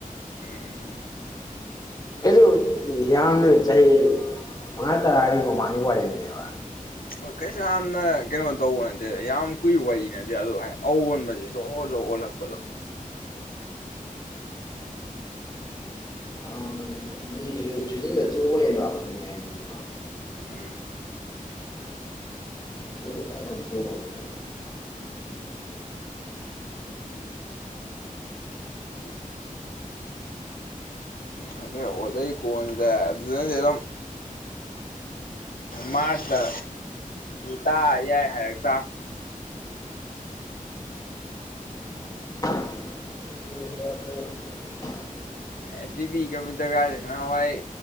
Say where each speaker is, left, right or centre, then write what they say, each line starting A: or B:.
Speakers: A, on the left (about 80°); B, on the left (about 25°).
A: ꯎꯝ
B: ꯀꯩꯁꯨ ꯌꯥꯝꯗ꯭ꯔꯕ ꯆꯍꯤ ꯃꯉꯥ ꯇꯔꯥꯒꯤ ꯃꯃꯥꯡꯒꯤ ꯋꯥꯔꯤꯅꯦꯕ
A: ꯍꯣꯏ ꯀꯩꯁꯨ ꯌꯥꯝꯅ ꯀꯩꯅꯣ ꯇꯧꯕ ꯅꯠꯇꯦ ꯌꯥꯝ ꯀꯨꯏ ꯋꯥꯔꯤ ꯅꯠꯇꯦ ꯑꯗꯣ ꯑꯑꯣꯟꯕꯁꯦ ꯖꯣꯔ ꯖꯣ ꯑꯣꯜꯂꯛꯄꯗꯣ
B: ꯎꯝ ꯃꯤ
A: ꯎꯝ
B: ꯆꯨꯁꯤꯟꯕ ꯐꯖꯅ ꯊꯨꯕꯅꯦꯕ
A: ꯎ ꯑ ꯑꯣꯗ ꯀꯅꯤꯗ ꯑꯗꯨ ꯃꯥꯔꯁꯇ ꯇꯥ ꯌꯥꯏ ꯍꯥꯏꯔꯛꯇ
B: <inaudible>
A: ꯑꯦꯠꯇ ꯀꯃꯤꯗꯔꯒꯒꯥꯔꯦꯅ ꯍꯋꯥꯏ